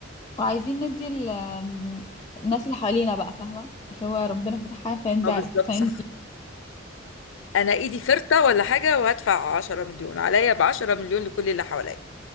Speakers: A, on the left; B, on the left.
A: وعايزين ندي ال- آم، الناس اللي حوالينا بقى فاهمه اللي هو ربنا فتحها فندي
B: أه بالظبط
A: على- فندي
B: صح أنا إيدي فرطة ولا حاجة وهدفع 10 مليون عليا ب 10 مليون لكل اللي حواليا